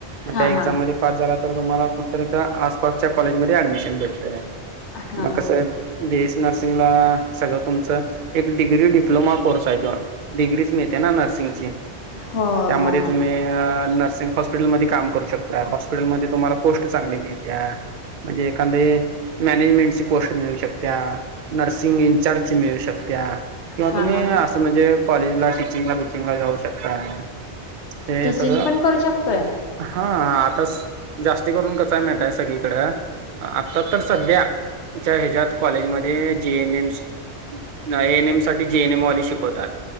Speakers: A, on the right; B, on the left.
A: मग
B: हा
A: त्या एक्झाम
B: हा
A: म पास झाला तर तुम्हाला कुठतर इथं आसपासच्या कॉलेजमध्ये ऍडमिशन भेटतय.
B: हा
A: मग कसं बीएससी नर्सिंगला सगळं तुमचं एक डिग्री डिप्लोमा कोर्स आहे तो. डिग्रीच मिळते ना नर्सिंगची.
B: हो हो
A: त्यामध्ये
B: हो हो.
A: तुम्ही नर्सिंग हॉस्पिटलमध्ये काम करू शकता, हॉस्पिटलमध्ये तुम्हाला पोस्ट चांगली मिळतीया म्हणजे एखांदे मॅनेजमेंटची पोस्ट मिळू शकतीया नर्सिंग इनचार्जची मिळू शकतीया. किंवा
B: हा
A: तुम्ही
B: हा हा
A: असं म्हणजे कॉलेजला टिचिंगला बिचिंगला जाऊ शकताय. हे
B: टीचिंग
A: सगळं
B: पण करू शकतोय
A: हां आताच जास्ती करून कसयं माहितीय सगळीकडं आत्ता तर सध्या च्या हेच्यात कॉलेजमध्ये जे एन एम्स नाही एनएम साठी जेएनएम वाली शिकवतात.